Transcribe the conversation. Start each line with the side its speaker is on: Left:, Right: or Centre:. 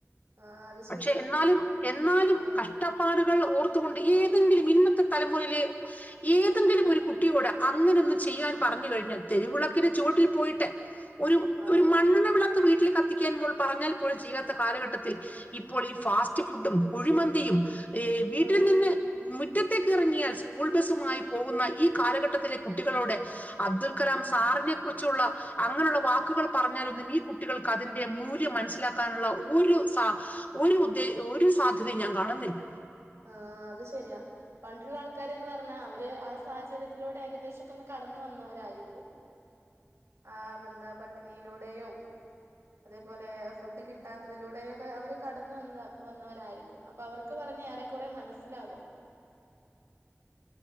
Right: ആ അത് ശരിയാ
Left: പക്ഷെ എന്നാലും എന്നാലും
Right: ആ
Left: കഷ്ടപ്പാടുകൾ ഓർത്തു കൊണ്ട ഏതെങ്കിലും ഇന്നത്തെ തലമുറയിലെ ഏതെങ്കിലും ഒരു കുട്ടിയോട്‌ അങ്ങനെ ഒന്ന് ചെയ്യാൻ പറഞ്ഞിരു തെരുവിളക്കിന്റെ ചോട്ടിൽ പോയിട്ട് ഒരു
Right: ആ
Left: ഒരു മണ്ണണ്ണ വിളക്ക് വീ ട്ടിൽ കത്തിക്കാൻ പറഞ്ഞാൽ പോലും ചെയ്യാത്ത കാലഘട്ടത്തിൽ ഇപ്പോൾ ഈ ഫാസ്റ്റ് ഫുഡും കുഴിമന്തിയും ഏ വീട്ടിൽ
Right: ആ
Left: നിന്ന് മുറ്റത്തേക്ക് ഇറങ്ങിയാൽ സ്കൂൾ ബസുമായി പോകുന്ന ഈ കാലഘട്ടത്തിലെ കുട്ടികളോട്‌ അബ്ദുൽ കലാം സാറിനെ കുറിച്ചുള്ള അങ്ങനെയുള്ള വാക്കുകൾ പറഞ്ഞാലൊന്നും ഈ കുട്ടികൾക്ക് അതിന്റെ മൂല്യം മനസ്സിലാക്കാനുള്ള ഒരു സ ഒരു ഉദ്ദേ ഒരു സാധ്യതയും ഞാൻ കാണുന്നില്ല
Right: ആ അത് ശെരിയാ പണ്ടുള്ള ആൾക്കാരന്ന് പറഞ്ഞാ അവര് ആ സാഹചര്യത്തിലൂടെ ഏകദേശൊക്കെ ഒന്ന് കട കടന്ന് വന്നവരായിരിക്കും ആ എന്താ പട്ടിണിയിലൂടെയും അതേപോലെ ഫുഡ് കിട്ടാത്തതിലൂടെൊക്കെ അവര് കടന്ന വന്ന വന്നവരായിരിക്കും അപ്പൊ അവർക്ക് പറഞ്ഞഞ് ഏറെൊക്ക കുറെ മനസ്സിലാകും